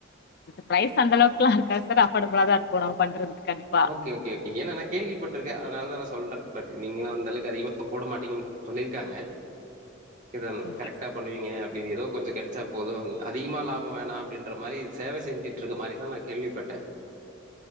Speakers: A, on the left (about 50°); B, on the right (about 40°).
A: ப்ரைஸ் அந்த அளவுக்கெல்லாருக்காது அஃபோர்டபிளா தா இருக்கு நம்ம பண்றதுக் கண்டிப்
B: ஓகே ஓகே ஓகே ஏனா நா கேள்விப்பட்டிருக்கே அதனாலதா நா சொல்றே பட் நீங்க அந்தளவுக்கு அதிகமா போட மாட்டீங்கன்னு சொல்லியிருக்காங்க இதங்
A: ஓகே.
B: கரெக்ட்டா பண்ணுவீங்க அப்டி ஏதோ கொஞ்ச கெடைச்சா போது அதிகமா லாபம் வேணா அப்டின்ற மாரி சேவ செஞ்சுட்டு இருக்க மாரி தா நா கேள்விப்பட்டே